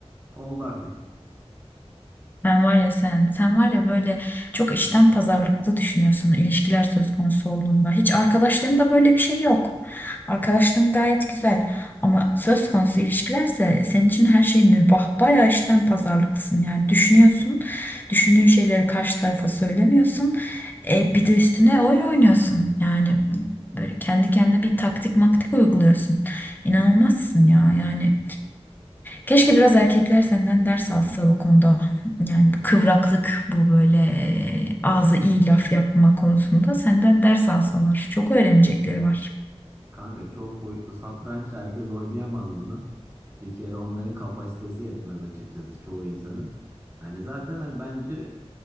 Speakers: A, on the right; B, on the left.
A: oldu artık.
B: Sen var ya sen, sen var ya böyle çok işten pazarlıklı düşünüyorsun ilişkiler söz konusu olduğunda. Hiç arkadaşlığında böyle bir şey yok. Arkadaşlığın gayet güzel ama söz konusu ilişkilerse senin için her şey mübah. Bayağı işten pazarlıklısın yani düşünüyorsun, düşündüğün şeyleri karşı tarafa söylemiyorsun. E, bir de üstüne oyun oynuyorsun yani böyle kendi kendine bir taktik maktik uyguluyorsun. İnanılmazsın ya yani Keşke biraz erkekler senden ders alsa bu konuda. Yani bu kıvraklık, bu böyle ağzı iyi laf yapma konusunda senden ders alsalar. Çok öğrenecekleri var.
A: Kanka çok boyutlu satranç herkes oynayamaz bunu. Bir kere onların kapasitesi yetmez açıkçası çoğu insanın. Hani zaten hani bence